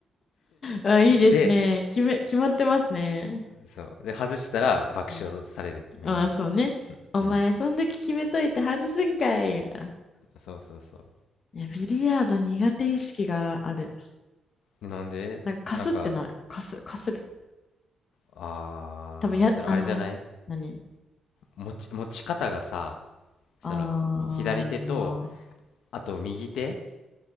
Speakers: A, on the left (about 35°); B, on the left (about 85°).
A: あ、いいですね。
B: で、
A: 決め、決まってますね。
B: そう、で、外したら爆笑されるってみんなに。
A: うんああ、そうね。お前、
B: うん。
A: そん時決めといて外すんかい、みたいな。
B: そうそうそ
A: いや、ビリヤード苦手意識がある。
B: う。なんでなんか、
A: なんか、かすってなる。かす、かする。
B: あー、
A: 多分や、
B: それあれじゃない
A: あの、何
B: 持ち、持ち方がさ、
A: ああー、
B: その、左手と、
A: まあ
B: あと右手